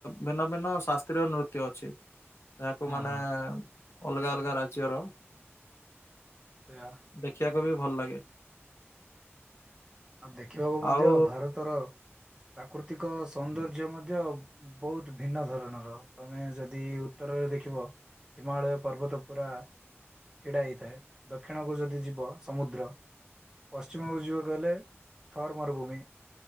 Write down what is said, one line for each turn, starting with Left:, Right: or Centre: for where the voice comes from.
Left: ଭିନ୍ନ- ଭିନ୍ନ ଶାସ୍ତ୍ରୀୟ ନୃତ୍ୟ ଅଛି। ଯାହାକୁ ମାନେ
Right: ହଁ
Left: ଅଲଗା -ଅଲଗା ରାଜ୍ୟର
Right: ସେଇଆ
Left: ଦେଖିବାକୁ ବି ଭଲ ଲାଗେ।
Right: ଆଉ ଦେଖିବାକୁ ମଧ୍ୟ
Left: ଆଉ
Right: ଭାରତର ପ୍ରାକୃତିକ ସୌନ୍ଦର୍ଯ୍ୟ ମଧ୍ୟ ବହୁତ ଭିନ୍ନ ଧରଣର ତମେ ଯଦି ଉତ୍ତରରେ ଦେଖିବ ହିମାଳୟ ପର୍ବତପୁରା ଛିଡ଼ା ହେଇଥାଏ ଦକ୍ଷିଣକୁ ଯଦି ଯିବ ସମୁଦ୍ର ପଶ୍ଚିମକୁ ଯିବ କହିଲେ ଥର୍ ମରୁଭୂମି।